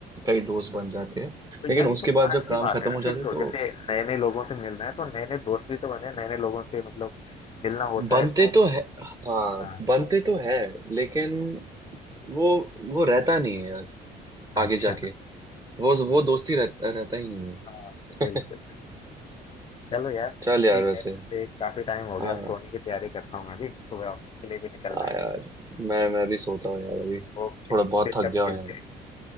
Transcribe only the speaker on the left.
तो
यार
ये तो
और
अच्छी
बात
है ना
फिर
तो
जैसे नए नए लोगों से मिलना है तो नए नए दोस्त भी तो बने नए नए लोगों से मतलब मिलना होता
है तो
हाँ
अच्छा
हाँ बिल्कुल
बिल्कुल। चलो यार ठीक
है वैसे काफी टाइम हो गया
अब सोने की तैयारी करता हूँ मैं भी सुबह ऑफिस के लिए भी निकलना
है
ओके
फिर
कभी
मिलते
हैं